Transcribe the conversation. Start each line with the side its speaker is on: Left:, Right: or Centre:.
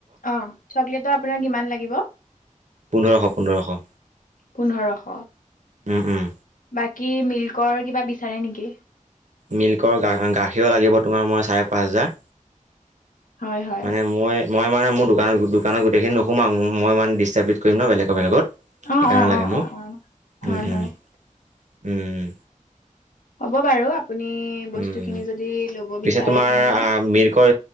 Left: অ চকলেটৰ আপোনাৰ কিমান লাগিব।
Right: পোন্ধৰশ পোন্ধৰশ।
Left: পোন্ধৰশ
Right: উম উম
Left: বাকী মিল্কৰ কিবা বিচাৰে নেকি?
Right: মিল্কৰ গাখীৰ লাগিব তোমাৰ মই চাৰে পাঁচ হেজাৰ।
Left: হয় হয়
Right: মানে মই মই মানে মোৰ দু দোকান দোকানত গোটেইখিনি নোহোমাও মই মানে ডিষ্টাৰ্বিট কৰিম ন বেলেগ বেলেগত। সেইকাৰণে
Left: অ অ
Right: লাগে
Left: অ
Right: মোক
Left: অ অ
Right: উম
Left: হয়
Right: উম
Left: হয়
Right: উম।
Left: হ'ব বাৰু আপুনি বস্তুখিনি
Right: উম
Left: যদি ল'ব
Right: পিছে
Left: বিচাৰে
Right: তোমাৰ
Left: তেনেহ'লে
Right: মিল্কৰ